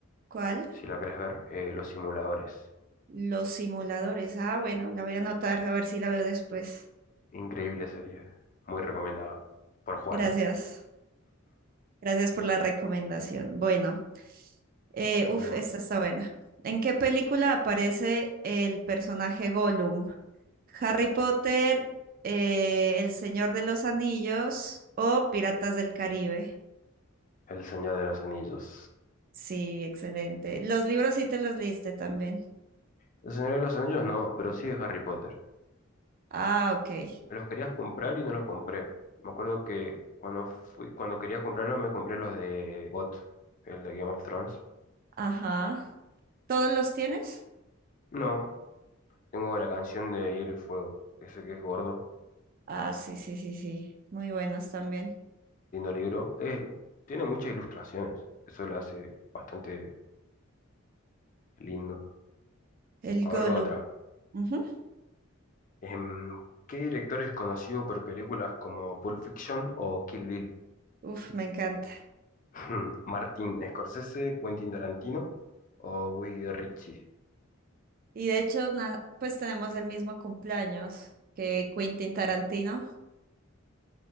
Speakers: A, on the right; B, on the left.
A: ¿Cuál?
B: si la querés ver, eh, Los Simuladores.
A: Los simuladores. Ah, bueno, la voy a anotar a ver si la veo después.
B: Increíble serie. Muy recomendada por Juan.
A: Gracias. Gracias por la recomendación. Bueno, eh, uf,
B: Bueno,
A: esta está buena. ¿En qué película aparece el personaje Gollum? ¿Harry Potter, eh, El Señor de los Anillos o Piratas del Caribe?
B: El Señor de los Anillos.
A: Sí, excelente. Los libros sí te los leíste también.
B: El Señor de los Anillos no, pero sí de Harry Potter.
A: Ah, ok.
B: Me los querías comprar y no los compré. Me acuerdo que cuando fui, cuando querías comprarlos me compré los de GOT, el de Game of Thrones.
A: Ajá. ¿Todos los tienes?
B: No, tengo la canción de Hielo y Fuego, que sé que es gordo,
A: Ah, sí, sí, sí, sí. Muy buenos también.
B: lindo libro. Eh, tiene muchas ilustraciones, eso lo hace bastante lindo.
A: El
B: A
A: Golo.
B: ver, va otra.
A: Ujú.
B: Em, ¿qué director es conocido por películas como Pulp Fiction o Kill Bill?
A: Uf, me encanta.
B: <laughs> ¿Martin Scorsese, Quentin Tarantino o Guy Ritchie?
A: Y de hecho, na- pues tenemos el mismo cumpleaños que Quentin Tarantino. <laughs>